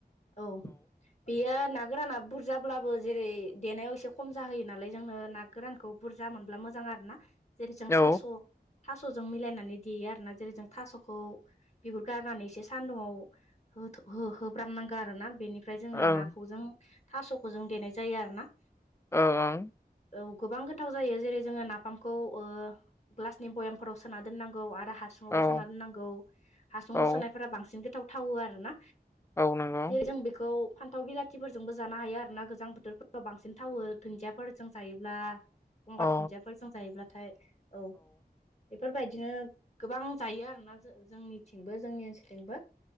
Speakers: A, on the left; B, on the left.
A: औ बेयो ना गोराना बुरजाब्लाबो जेरै देनायाव एसे खम जाहोयो नालाय जोंनो ना गोरानखौ बुरजा मोनब्ला मोजां आरो ना जेरै जों
B: औ
A: थास' थास'जों मिलायनानै देयो आरोना जेरै जों थास'खौ बिगुर गारनानै एसे सानदुंआव हो होब्रामनांगौ आरो ना बेनिफ्राय जोङो
B: ओं
A: नाखौ जों थास'खौ जों देनाय जायो आरो ना
B: ओ औ
A: औ गोबां गोथाव जायो जेरै जोङो नाफामखौ ग्लासनि बयामफोराव सोना दोननांगौ आरो हासुुंआवबो
B: ओं
A: सोना दोननांगौ हासुआव
B: औ
A: सोनायफोरा बांसिन गोथावथावो आरोना
B: औ नंगौ
A: दे जों बेखौ फान्थाव बिलाथिफोरजोंबो जानो हायो आरो ना गोजां बोथोरफोराव बांसिन थावो दुन्दियाफोरजों जायोब्ला गंगार
B: औ
A: धुनदियाफोरजों जायोब्लाथाय औ बेफोरबायदिनो गोबां जायो आरोना जोंनिथिंबो जोंनि ओनसोलथिंबो